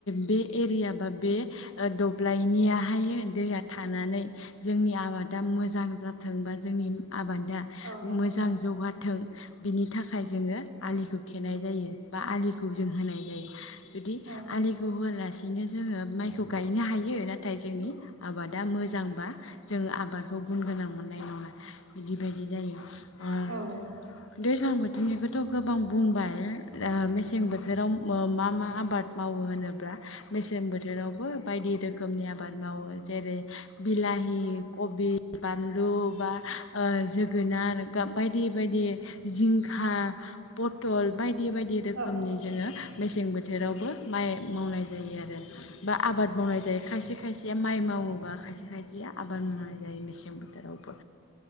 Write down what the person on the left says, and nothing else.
बे एरिया बा बे ओ दब्लायनियाहाय दैया थानानै जोंनि आबादा मोजां जाथों बा जोंनि आबादा
मोजां
जौगाथों बिनि थाखाय जोङो आलिखौ थेनाय जायो बा आलिखौ जों होनाय जायो। जुदि
आलिखौ होनानै सैनो जोङो माइखौ गायनो हायो नाथाय जोंनि आबादा मोजांबा जोङो आबादखौ गुन गोनां मोननाय नङा। बिदि बायदि जायो। ओ
दैज्लां बोथोरनिखौथ' गोबां बुंबाय ओ मेसें बोथोराव मा मा आबाद मावो होनोब्ला मेसें बोथोरावबो बायदि रोखोमनि आबाद मावो जेरै बिलाहि कबि बानलु बा ओ जोगोनार बायदि बायदि जिंखा पथल बायदि बायदि बायदि रोखोमनि
जोङो मेसें बोथोरावबो माइ मावनाय जायो आरो बा आबाद मावनाय जायो खायसे खायसेया माइ मावोबा खायसे खायसेया आबाद मावनाय जायो मेसें बोथोरावबो